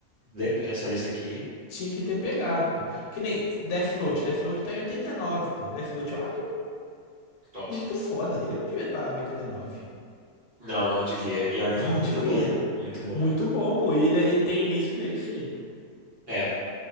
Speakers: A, on the right; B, on the left.
A: Le- Essa lista aqui,
B: Tinha que ter pegado, pô. Que nem Death Note. Death Note tá em oitenta e nove pô. Death Note é um anime
A: top.
B: muito foda. Ele não devia estar tá oitenta e nove,
A: Não, não devia.
B: <laughs>
A: E o anime
B: Não
A: muito
B: devia.
A: bom. Muito bom.
B: Muito bom, pô. E ele, é, ele tem início, meio e fim.
A: É,